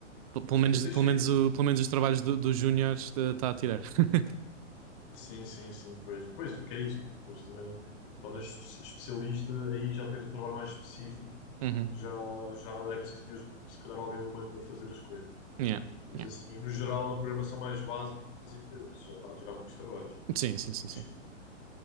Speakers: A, on the right (about 30°); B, on the left (about 45°).
A: P- Pelo
B: Mas
A: menos,
B: tem muitas
A: pelo
B: saídas.
A: menos, o, pelo menos os trabalhos do- dos júniores está a tirar. <laughs>
B: Sim, sim, sim, pois. Pois, porque é isso. Pois também tornas espe- especialista, aí já tens um trabalho mais específico,
A: Uhum.
B: já, já é preciso mesmo, se calhar, alguém humano a fazer as coisas.
A: Yeah,
B: Mas
A: yeah.
B: assim, no geral, a programação mais básica, isso já está a tirar muitos trabalhos.
A: Sim, sim,
B: Tem
A: sim,
B: muitos
A: sim.